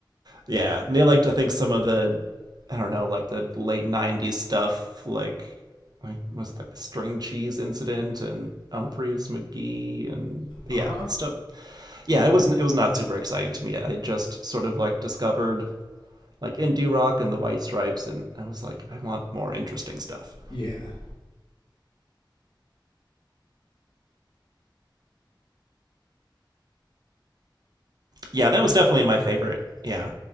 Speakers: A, on the right; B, on the left.
A: yeah, and they liked I think some of the I don't know like the late '90s stuff, like like was it like the string cheese incident and Humphreys McGee and yeah
B: Uh huh.
A: stuff. Yeah, it was it was not super exciting to me. I just sort of like discovered like indie rock and the White Stripes, and I was like, I want more interesting stuff.
B: Yeah.
A: yeah, that was definitely my favorite. Yeah.